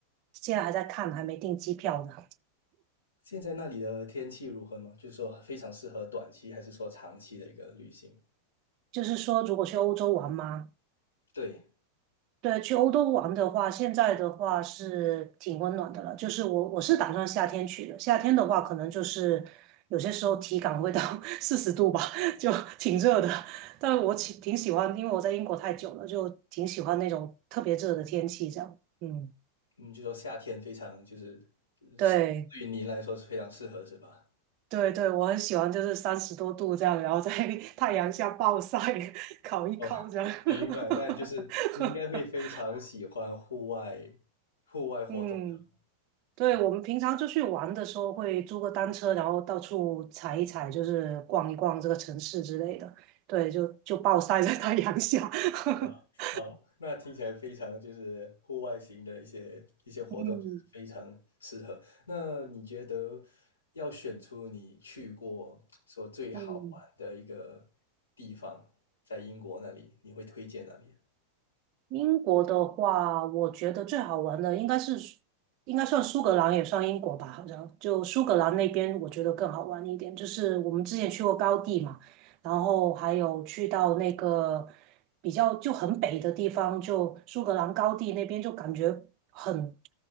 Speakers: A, on the right; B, on the left.
A: 现在还在看，还没订机票呢。
B: 现在那里的天气如何吗？就是说非常适合短期，还是说长期的一个旅行？
A: 就是说，如果去欧洲玩嘛，
B: 对，
A: 对，去欧洲玩的话，现在的话是挺温暖的了。就是我我是打算夏天去的，夏天的话可能就是有些时候体感会到 <laughs> 四十度吧，<laughs> 就挺热的。但我挺挺喜欢，因为我在英国太久了，就挺喜欢那种特别热的天气这样。嗯，
B: 嗯，就说夏天非常就是，呃是对于您来说是非常适合，
A: 对
B: 是吧？
A: 对对，我很喜欢，就是三十多度这样，然后在 <laughs> 太阳下暴晒 <laughs>，烤一烤这样。
B: 哦，<laughs> 明白，那你就是你应该会非常喜欢户外
A: <laughs>
B: 户外活动的，
A: 嗯。对，
B: 这
A: 我们平常出去玩的时候会租个单车，然后到处踩一踩，就是逛一逛这个城市之类的。对，就就暴晒在太阳下。<laughs>
B: 啊 <laughs>，好，那听起来非常就是户外型的一些一些活动，
A: 嗯
B: 就是非常适合。那你觉得要选出你去过说最好玩的一个地方，
A: 嗯。
B: 在英国那里，你会推荐哪里啊？
A: 英国的话，我觉得最好玩的应该是应该算苏格兰，也算英国吧，好像就苏格兰那边，我觉得更好玩一点。就是我们之前去过高地嘛，然后还有去到那个比较就很北的地方，就苏格兰高地那边，就感觉很，